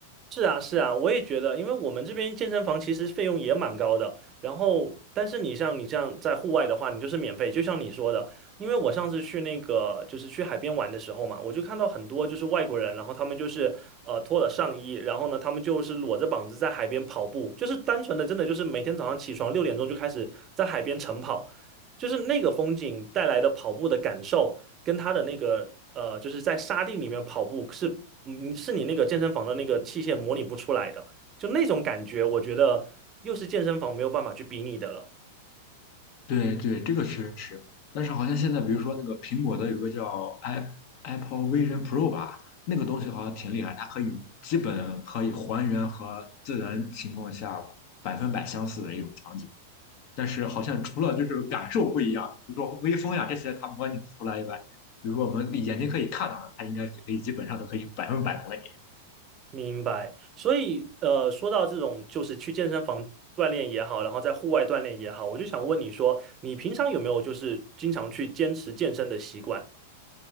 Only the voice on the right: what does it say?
是啊，是啊，我也觉得，因为我们这边健身房其实费用也蛮高的。然后，但是你像你这样在户外的话，你就是免费，就像你说的。因为我上次去那个就是去海边玩的时候嘛，我就看到很多就是外国人，然后他们就是呃脱了上衣，然后呢他们就是裸着膀子在海边跑步，就是单纯的真的就是每天早上起床六点钟就开始在海边晨跑，就是那个风景带来的跑步的感受。跟他的那个呃，就是在沙地里面跑步是，你是你那个健身房的那个器械模拟不出来的，就那种感觉，我觉得又是健身房没有办法去比拟的了。
明白。所以呃，说到这种就是去健身房锻炼也好，然后在户外锻炼也好，我就想问你说，你平常有没有就是经常去坚持健身的习惯？